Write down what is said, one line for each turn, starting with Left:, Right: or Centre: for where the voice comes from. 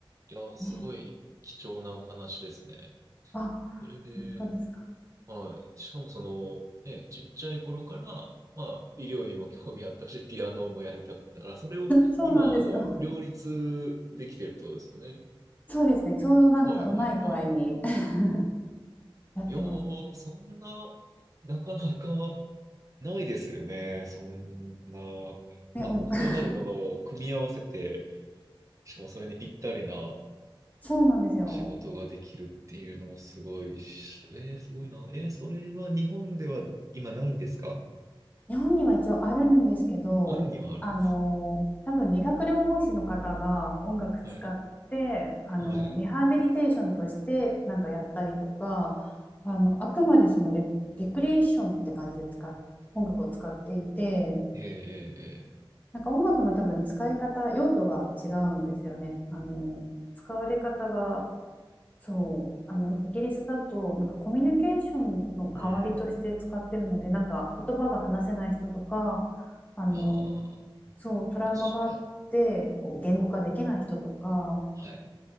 Right: いや、すごい貴重なお話ですね。
Left: ねあ
Right: それで、
Left: 本当ですか。
Right: はい。しかもその、ね、ちっちゃい頃から、まあ、医療にも興味あったし、ピアノもやりたかったから、それを今、
Left: そうなんですよ。
Right: あの、両立できてるってことですよね。
Left: そうですね。ちょうどなんかうまい具合に
Right: はい、はい、はい。
Left: <laughs> やってます。
Right: いやー、そんな、なかなかないですよね。そんな、
Left: ね、
Right: まあ、
Left: うん、<laughs>
Right: 異なるものを組み合わせて、しかもそれにぴったりな
Left: そうなんですよ。
Right: 仕事ができるっていうのもすごいし、えー、すごいな。えー、それは日本では今ないんですか
Left: 日本には一応あるんですけど、
Right: あるにはあるんです。
Left: あの、多分理学療法士の方が音楽使って、
Right: はい。
Left: あの、
Right: はい。
Left: リハビリテーションとしてなんかやったりとか、あの、あくまでそのレ、レクリエーションって感じで使っ、音楽を使っていて、
Right: えー、え
Left: なんか音楽の多分使い方、用途が違うんですよね。あの、使われ方がそう、あの、イギリスだと、なんかコミュニケーションの代わりとして使ってるので、
Right: ー、えーうん。
Left: なんか言葉が話せない人とか、あの、
Right: ああ、
Left: そう、トラウマがあって、
Right: 確かに。
Left: こう、言語化できない人とか、
Right: はい。